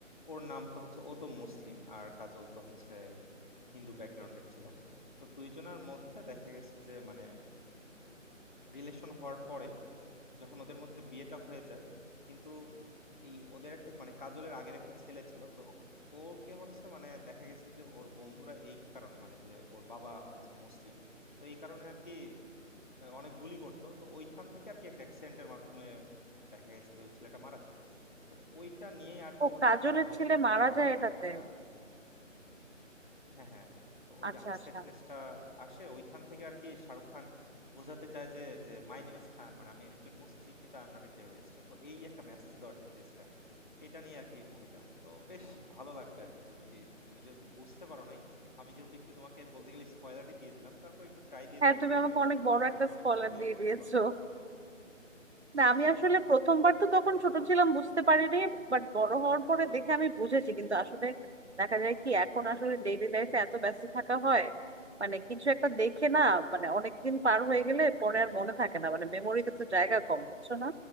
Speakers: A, on the left; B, on the right.
A: ওর নাম তো হচ্ছে ও তো মুসলিম আর কাজল তো হচ্ছে হিন্দু ব্যাকগ্রাউন্ডের ছিল তো দুইজনের মধ্যে দেখা গেছে যে মানে রিলেশন হওয়ার পরে যখন ওদের মধ্যে বিয়েটা হয়ে যায় কিন্তু এই ওদের একটা মানে কাজলের আগের একটা ছেলে ছিল তো ওকে হচ্ছে মানে দেখা গেছে যে ওর বন্ধুরা এই কারণে মানে যে ওর বাবা হচ্ছে মুসলিম তো এই কারণে আর কি আহ, অনেক বুলি করতো তো ওইখান থেকে আর কি একটা অ্যাক্সেন্টের মাধ্যমে দেখা গেছে যে ওই ছেলেটা মারা যায় তো ওইটা নিয়েই আর কি
B: ও
A: হচ্ছে
B: কাজলের
A: কাজলের
B: ছেলে
A: সাথে
B: মারা
A: শাহরুখ
B: যায়
A: খানের
B: এটাতে
A: একটা হ্যাঁ হ্যাঁ হ্যাঁ তো ওই
B: আচ্ছা
A: যে আপসেটনেসটা
B: আচ্ছা
A: আসে ওইখান থেকে আর কি শাহরুখ খান বোঝাতে চায় যে যে মাই নেম ইজ খান মানে আমি একজন মুসলিম কিন্তু I am not a terrorist তো এই একটা মেসেজ দেওয়ার যে চেষ্টা এটা নিয়ে আর কি মুভিটা তো বেশ ভালো লাগবে আর কি যদি তুমি যেহেতু বুঝতে পারো নাই আমি যেহেতু একটু তোমাকে বলতে গেলে স্পয়লারই দিয়ে দিলাম তারপর একটু ট্রাই দিয়ে
B: হ্যাঁ
A: দেখতে
B: তুমি
A: পারো
B: আমাকে
A: এবার
B: অনেক বড়
A: এবার
B: একটা
A: হয়তো অনেক
B: স্পয়লার
A: কিছু রিলেট
B: দিয়ে
A: করতে
B: দিয়েছো
A: পারবা
B: না
A: <laughs>
B: আমি আসলে প্রথমবার তো তখন ছোট ছিলাম বুঝতে পারিনি বাট বড় হওয়ার পরে দেখে আমি বুঝেছি কিন্তু আসলে দেখা যায় কি এখন আসলে ডেইলি লাইফে এত ব্যস্ত থাকা হয় মানে কিছু একটা দেখে না মানে অনেকদিন পার হয়ে গেলে পরে আর মনে থাকে না মানে মেমোরিতে তো জায়গা কম বুঝছো না